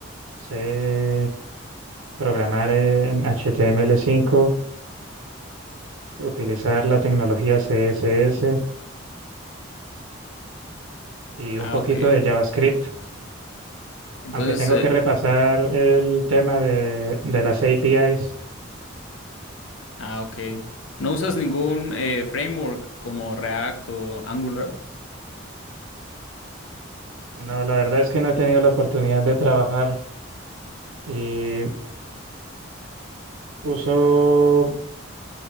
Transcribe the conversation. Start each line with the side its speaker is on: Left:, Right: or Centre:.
Right: Sé programar en HTML5, utilizar la tecnología CSS y
Left: Ah,
Right: un poquito
Left: ok.
Right: de JavaScript,
Left: Entonces,
Right: aunque tengo
Left: eh,
Right: que repasar el tema de, de las APIs
Left: ah, ok. ¿No usas ningún eh, framework como React o Angular?
Right: No, la verdad es que no he tenido la oportunidad de trabajar y uso,